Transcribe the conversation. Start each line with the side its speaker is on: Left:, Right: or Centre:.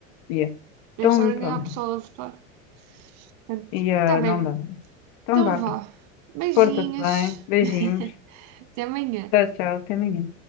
Left: Yeah. Então,
Right: Nesta hora ainda
Left: pronto.
Right: há pessoal a votar. Portanto,
Left: E ah,
Right: tá bem.
Left: não dá. Então
Right: Então
Left: vá.
Right: vá. Beijinhos.
Left: Porta-te bem. Beijinhos.
Right: <laughs> Até amanhã.
Left: Tchau, tchau. Até amanhã.